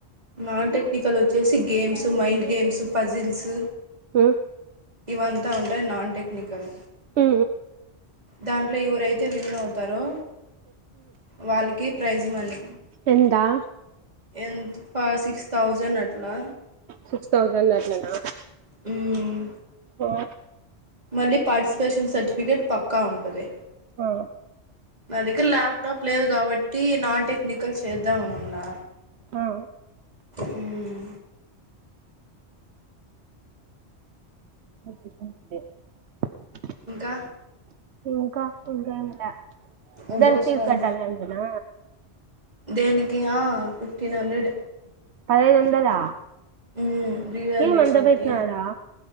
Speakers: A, on the right; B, on the right.
A: నాన్ టెక్నికల్ వచ్చేసి గేమ్స్ మైండ్ గేమ్స్ పజిల్స్
B: ఉ
A: ఇవంతా ఉంటయి నాన్ టెక్నికల్
B: ఉ
A: దాంట్లో ఎవరైతే విన్ అవుతారో వాళ్ళకి ప్రైజ్ మనీ
B: ఎందా
A: ఎందు ఫ సిక్స్ థౌజండ్ అట్లా
B: సిక్స్ థౌజండ్ అట్లనా
A: హ్మ్
B: ఆ
A: మళ్ళీ పార్టిసిపేషన్ సర్టిఫికేట్ పక్కా ఉంటది
B: ఆ
A: నా దగ్గర ల్యాప్టాప్ లేదు కాబట్టి నాన్ టెక్నికల్ చేద్దామని ఉన్నా
B: ఆ
A: హ్మ్
B: <unintelligible>
A: ఇంకా
B: ఇంకా ఇంకేమి లే
A: ఎప్పుడు
B: దానికి
A: వస్తావు
B: ఫీజ్ కట్టాల అంటనా
A: దేనికి ఆ ఫిఫ్టీన్ హండ్రెడ్
B: ఐదు వందలా
A: హ్మ్ రివేల్యుయేషన్
B: ఏమంత పెట్టినాడా
A: కి